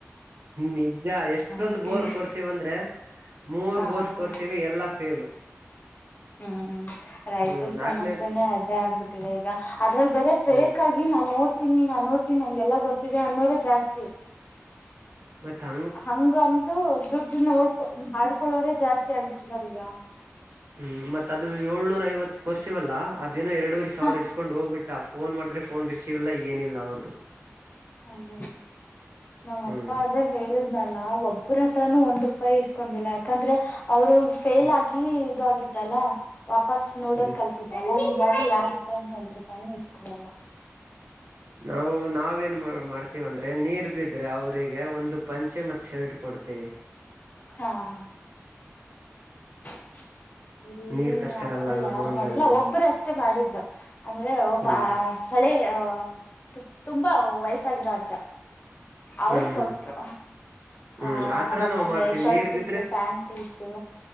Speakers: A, on the right; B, on the left.
A: ನಿಜ ಎಷ್ಟೊಂದ್
B: ಹಂಗೆ
A: ಬೋರ್ ಕೊರ್ಸೀವ್ ಅಂದ್ರೆ ಮೂರ್
B: ಹಾ
A: ಬೋರ್ಸ್ ಕೋರ್ಸವಿ ಎಲ್ಲಾ ಫೇಲು
B: ಹ್ಮ್ ಹ್ಮ್ ರೈತ್ರ್
A: ಹ್ಮ್ ನಾಲ್ಕನೇ
B: ಸಮಸ್ಯೆನೆೇ ಅದೇ ಆಗ್ಬಿಟ್ಟಿದೆ ಈಗ ಅದ್ರಲ್ಲಿ ಬೇರೆ ಫೇಕ್
A: ಹ್ಮ್
B: ಆಗಿ ನಾನ್ ನೋ ತನಿ ನಾ ನೋಡ್ತೀನಿ ನಮ್ಗೆಲ್ಲ ಗೊತ್ತಿದೆ ಅನ್ನೋರೆ ಜಾಸ್ತಿ
A: ಬತ್ತಾ
B: ಹಂಗಂತೂ ದುಡ್ಡು ನೋಡ್ಕೊ ಮಾಡಕೊಳೋರೆೇ ಜಾಸ್ತಿ ಆಗ್ಬಿಟ್ಟಿದಾರೆ ಈಗ
A: ಹ್ಮ್ ಮತ್ ಅದು ಏಳ್ನೂರ ಐವತ್ತು ಕೊರ್ಸಿವಲ್ಲಾ ಅದೇನೋ ಎರಡೂವರೆ ಸಾವಿರ
B: ಹ
A: ಇಸ್ಕೊಂಡ್ ಹೋಗ್ಬಿಟ್ ಅ ಫೋನ್ ಮಾಡಿದ್ರೆ ಫೋನ್ ರಿಸೀವ್ ಇಲ್ಲಾ ಏನಿಲ್ಲಾ ಅವ್ರ್ದು
B: ಹಯ ನಮ್ಮಪ್ಪ
A: ಹ್ಮ್
B: ಅದೇ ಹೇಳಿದ್ನಲ್ಲ ಒಬ್ರತ್ ಒಂದ್ ರೂಪಾಯಿ ಇಸ್ಕೊಂಡಿಲ್ಲ ಯಾಕಂದ್ರೆ ಅವರು ಫೇಲ್
A: ಹ್ಮ್
B: ಆಗಿ ಇದ್ ಆಗಿದ್ದಲ್ಲ ವಾಪಸ್ ನೋಡೋದ್
A: ಹ್ಮ್
B: ಕಲ್ತಿದ್ದಲ್ಲ ಹಂಗಾಗಿ ಯಾರತ್ರನು ಒಂದ್ ರೂಪಾಯಿನು ಇಸ್ಕೊಡಲ್ಲ
A: ನಾವು ನಾವೇನ್ ಮ ಮಾಡ್ತೀವ್ ಅಂದ್ರೆ ನೀರ್ ಬಿದ್ರೆ ಅವ್ರಿ ಎ ಒಂದು ಪಂಚೆ ಮತ್ ಶರ್ಟ್ ಕೊಡ್ತೇವಿ
B: ಹಾ ಹ <inaudible> ಇಲ್ಲಿ
A: ನೀರ್ ತರ್ಸಾರಲ್ಲ
B: ಆತರ
A: ನಮ್ಮ
B: ಯಾರು
A: ಹೊಲ್ದಲ್ಲಿ
B: ಮಾಡಿಲ್ಲ ಒಬ್ರು ಅಷ್ಟೆ ಮಾಡಿದ್ದು ಅಂದ್ರೆ ಒಬ್
A: ಹ್ಮ್
B: ಹಳೆ <unintelligible> ತುಂಬಾ ವಯಸ್ಸಾಗಿರೋ ಅಜ್ಜ ಅವರು
A: ಹ್ಮ್ ಹ್ಮ್
B: ಕೊಟ್ರು
A: ಹ್ಮ್
B: ಆ
A: ಆತರ
B: ನಮ್ಮ ಅಪ್ಪಂಗೆ
A: ನಾವ್ ಮಾಡ್ತೀವಿ
B: ಶರ್ಟ್
A: ನೀರ್
B: ಪೀಸು
A: ಬಿದ್ರೆ
B: ಪ್ಯಾಂಟ್ ಪೀಸು